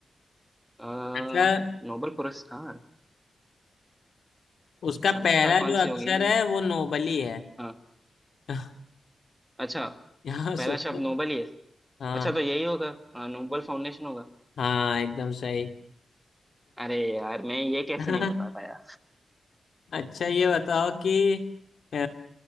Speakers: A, in the centre; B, on the left (about 65°).
A: अ,
B: मतलब
A: नोबेल पुरस्कार
B: उसका
A: संस्था
B: पहला
A: कौन
B: जो अक्षर
A: सी होगी
B: है वो नोबल ही है
A: हाँ
B: <laughs>
A: अच्छा
B: यहाँ सोचो
A: पहला शब्द नोबेल ही है
B: हाँ
A: अच्छा तो यही होगा अ, नोबेल फाउंडेशन होगा
B: हाँ एकदम सही
A: अरे यार मैं ये कैसे
B: <laughs>
A: नहीं बता पाया
B: अच्छा ये बताओ कि अ,